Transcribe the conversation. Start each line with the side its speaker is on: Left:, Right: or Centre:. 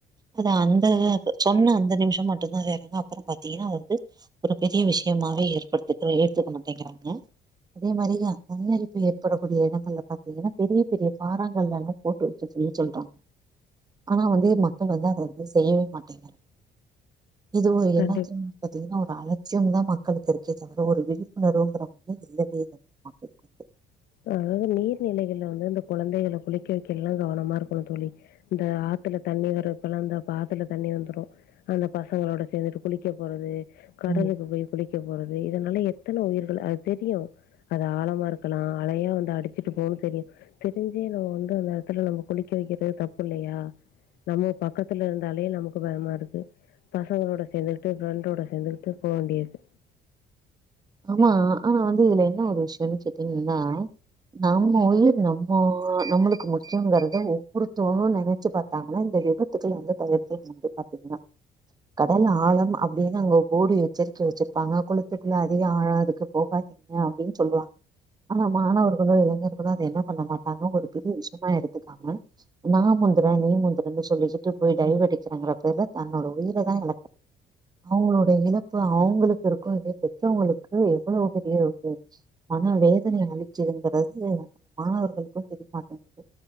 Right: அத சொன்ன அந்த நிமிஷ மட்டுதா வேறாங்க அப்புற பார்த்தீங்கன்னா வந்து ஒரு பெரிய விஷயமாவே ஏற்படுத்தக்க எடுத்துக்க மாட்டேங்கிறாங்க அதே மாரி தா மண்ணெரிப்பு ஏற்படக்கூடிய இடங்கள்ல பார்த்தீங்கன்னா பெரிய பெரிய பாரங்கள்லல்லா போட்டு வக்க சொல்லி சொல்ரோ ஆனா வந்து மக்கள் வந்து அத வந்து தேயவே மாட்டேங்க இது என்னத்து
Left: கண்டிப்பா.
Right: பார்த்தீங்கன்னா ஒரு அலட்சிய தா மக்களுக்கு இருக்கே தவிர ஒரு விழிப்புணர்வுங்கிற ஒண்ணு இல்லவே இல்ல <unintelligible>
Left: அதாவது நீர்நிலைகள்ல வந்து இந்த குழந்தைக குளிக்க வைக்க எல்லா கவனமா இருக்கணு தோழி இந்த ஆத்துல தண்ணி வரு இப்பெல்லா இந்த ஆத்துல தண்ணி வந்துடு அந்த பசங்களோட சேர்ந்துட்டு குளிக்க போறது கடலுக்கு
Right: ம்
Left: போய் குளிக்க போறது இதனால எத்தன உயிர்கள் அது தெரியு அது ஆழமா இருக்கலா அழையா வந்து அடிச்சிட்டு போகு தெரியு தெரிஞ்சே நம்ம வந்து அந்த எடத்துல நம்ம குளிக்க வைக்கிறது தப்பு இல்லயா நம்ம பக்கத்துல இருந்தாலேயே நமக்கு பயமா இருக்கு பசங்கலோட சேந்துக்கிட்டு ஃப்ரெண்டோட சேந்துக்கிட்டு போக வேண்டியது
Right: ஆமா ஆனா வந்து இதுல என்ன ஒரு விஷயம்ன்னு கேட்டீங்கன்னா நம்ம உயிர் நம்ம நம்மளுக்கு முக்கியங்கறத ஒவ்வொருத்தங்களு நனச்சு பாத்தாங்கன்னா இந்த விபத்து த்துக்கள வந்து தவிர்த்து வந்து பாத்தீங்கன்னா கடல் ஆழம் அப்டின்னு அங்க ஒரு போடு எச்சரிக்கை வச்சிருப்பாங்க குளத்துகுள்ள அது ஆழம் ஆழாதுக்கு போகாதீங்க அப்டின் சொல்லுவாங்க ஆனா மாணவர்களோ இளைஞர்களோ அத என்ன பண்ண மாட்டாங்க ஒரு பெரிய விஷயமா எடுத்துக்காம நா முந்துரே நீ முந்துரேன்னு சொல்லிக்கிட்டு போய் டைவு அடிக்கிறேங்கிற பேருல தன்னோட உயிர தா இழக் அவுங்களோட இழப்பு அவுங்களுக்கு இருக்கோ இல்லையோ பெத்தவங்களுக்கு எவ்ளோ பெரிய இது மன வேதனை அளிக்கிதுங்கிறது அந்த மாணவர்களுக்கு தெரியமாட்டேங்கிது